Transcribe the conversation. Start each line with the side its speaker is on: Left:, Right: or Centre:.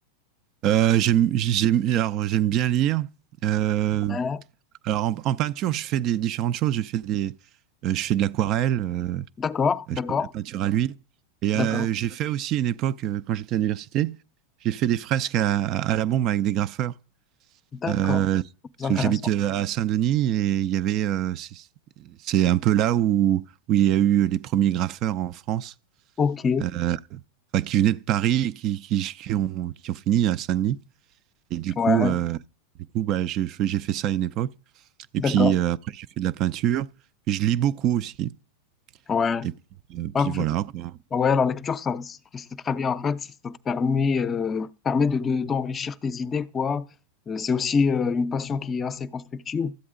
Right: Euh, j'aime, j'aime, alors, j'aime bien lire. Euh,
Left: Ouais.
Right: alors, en, en peinture, je fais des différentes choses. Je fais des, euh, je fais de l'aquarelle. euh,
Left: D'accord, d'accord,
Right: Euh, je fais de la peinture à l'huile. Et
Left: d'accord,
Right: euh, j'ai fait aussi une époque, euh, quand j'étais à l'université, j'ai fait des fresques à, à la bombe avec des graffeurs.
Left: d'accord.
Right: Euh, parce
Left: C'est intéressant.
Right: que j'habite euh, à Saint-Denis et il y avait, euh, c'est c'est un peu là où, où il y a eu les premiers graffeurs en France,
Left: Ok,
Right: euh, enfin, qui venaient de Paris et qui, qui, qui ont, qui ont fini à Saint-Denis. Et du coup,
Left: ouais,
Right: euh, du coup bah, j'ai fait, j'ai fait ça à une époque. Et
Left: d'accord,
Right: puis euh, après, j'ai fait de la peinture. Je lis beaucoup aussi.
Left: ouais.
Right: Et puis, euh,
Left: Hop.
Right: puis voilà, quoi.
Left: Ouais, la lecture, ça, c'est c'est très bien en fait. Ça te permet, euh, permet de, de- d'enrichir tes idées, quoi. Euh, c'est aussi euh, une passion qui est assez constructive.